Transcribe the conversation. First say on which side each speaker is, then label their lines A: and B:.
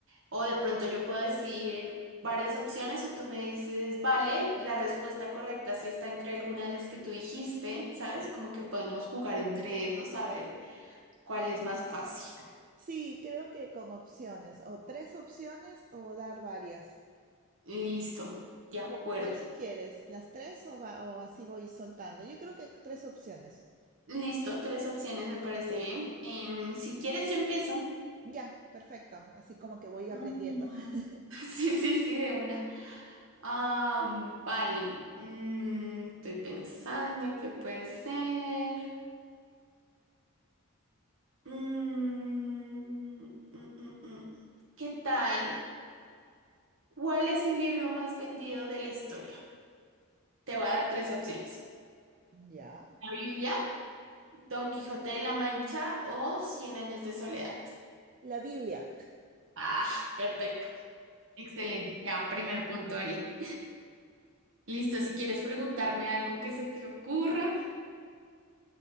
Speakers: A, on the right; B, on the right.
A: o de pronto yo puedo decir varias opciones y tú me dices, vale, la respuesta correcta sí está entre alguna de las que tú dijiste, ¿sabes? Como que podemos jugar entre esos a ver cuál es más fácil.
B: Sí, creo que con opciones, o tres opciones o dar varias.
A: Listo, de acuerdo.
B: Co- ¿Cuál sugieres? ¿Las tres o, va- o así voy soltando? Yo creo que tres opciones.
A: Listo, tres opciones me parece bien. Em, si quieres yo empiezo.
B: Ya, perfecto. Así como que voy aprendiendo.
A: Mm,
B: <laughs>
A: <laughs> Sí, sí, sí, de una. Ah, vale. Mm, estoy pensando qué puede ser. Mm, mm, mm, mm. mm. ¿Qué tal? ¿Cuál es el libro más vendido de la historia? Te voy a dar tres opciones.
B: Ya.
A: La Biblia, Don Quijote de la Mancha o Cien años de soledad.
B: La Biblia.
A: Ah, perfecto. Excelente. Ya, primer punto ahí. Listo, si quieres preguntarme algo que se te ocurra.